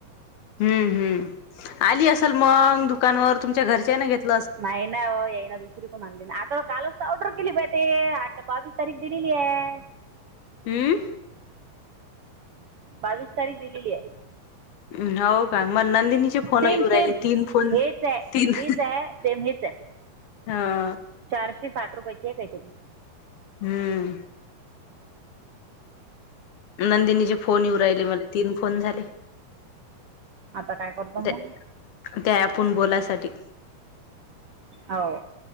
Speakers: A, on the left; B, on the right.
A: हम्म हम्म आली असल मग दु तुमच्या घरच्या ना घेतलं
B: नाहीय ना येई ना दु दुसरी कोण आणली आता कालच तर ऑर्डर केली पाहि ते आता बावीस तारीख दिलेली आहे.
A: हम्म.
B: बावीस तारीख दिलेली आहे.
A: हम् हो. का म नंदिनीचे फोन
B: सेम
A: येऊ
B: सेम
A: राहिले तीन फोन
B: हेच आहे
A: तीन
B: हेच आहे सेम हेच आहे
A: हा.
B: चारशे साठ रुपयाची आहे काहीतरी.
A: हम्म. नंदिनीचे फोन येऊ राहिले मला तीन फोन झाले.
B: आता काय करतो
A: त्या
B: मग?
A: त्या आपण बोलायसाठी.
B: हो.